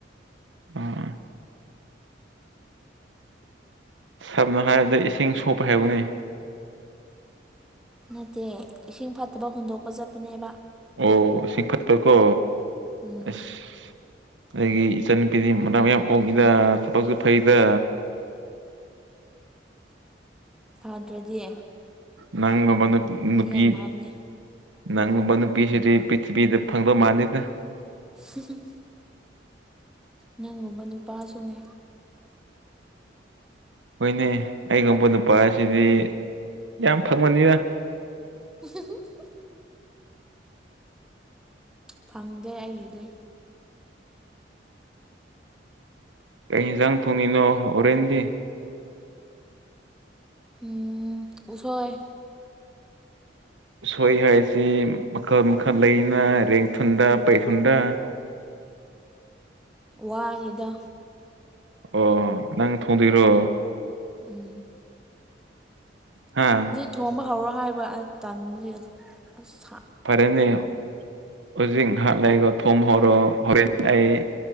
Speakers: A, on the right (about 85°); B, in the centre.
A: ꯑ ꯁꯝꯅ ꯍꯥꯏꯔꯕꯗ ꯏꯁꯤꯡ ꯁꯣꯛꯄ ꯍꯥꯏꯌꯨꯅꯦ
B: ꯅꯠꯇꯦ ꯏꯁꯤꯡ ꯐꯠꯇꯕ ꯍꯨꯟꯗꯣꯛꯄ ꯆꯠꯄꯅꯦꯕ
A: ꯑꯣ ꯏꯁꯤꯡ ꯐꯠꯇꯀꯣ
B: ꯎꯝ
A: ꯑꯁ ꯑꯩꯒꯤ ꯏꯆꯟꯅꯨꯄꯤꯗꯤ ꯃꯅꯥ ꯃꯌꯥꯝ ꯑꯣꯛꯏꯗ ꯊꯕꯛꯁꯨ ꯐꯩꯗ
B: ꯐꯗ꯭ꯔꯗꯤ
A: ꯅꯪꯒꯨꯝꯕ ꯅꯨ ꯅꯨꯄꯤ
B: ꯌꯥꯝ ꯐꯕꯅꯦ
A: ꯅꯪꯒꯨꯝꯕ ꯅꯨꯄꯤꯁꯤꯗꯤ ꯄ꯭ꯔꯤꯊꯤꯕꯤꯗ ꯐꯪꯗꯧ ꯃꯥꯥꯟꯗꯦꯗ
B: <unintelligible> ꯅꯪꯒꯨꯝꯕ ꯅꯨꯄꯥꯁꯨꯅꯦ
A: ꯍꯣꯏꯅꯦ ꯑꯩꯒꯨꯝꯕ ꯅꯨꯄꯥꯁꯤꯗꯤ ꯌꯥꯝ ꯐꯪꯕꯅꯤꯅ
B: <unintelligible> ꯐꯪꯗꯦ ꯑꯩꯒꯤꯗꯤ
A: ꯀꯩ ꯌꯦꯟꯖꯥꯡ ꯊꯣꯡꯉꯤꯅꯣ ꯍꯣꯔꯦꯟꯗꯤ꯫
B: ꯎꯝ ꯎꯁꯣꯏ
A: ꯎꯁꯣꯏ ꯍꯥꯏꯁꯤ ꯃꯈꯜ ꯃꯈꯜ ꯂꯩꯅ ꯔꯦꯡꯊꯟꯗ ꯄꯩꯊꯟꯗ꯫
B: ꯋꯥꯒꯤꯗꯣ
A: ꯑꯣ ꯅꯪ ꯊꯣꯡꯗꯣꯏꯔꯣ
B: ꯎꯝ
A: ꯍꯥ
B: ꯊꯣꯡꯕ ꯍꯧꯔꯣ ꯍꯥꯏꯕ ꯑ ꯇꯟꯕꯒꯤ ꯑꯁ
A: ꯐꯔꯦꯅꯦ ꯍꯧꯖꯤꯛ ꯉꯍꯥꯛ ꯂꯩꯔ ꯊꯣꯡꯕ ꯍꯧꯔꯣ ꯍꯣꯔꯦꯟ ꯑꯩ꯫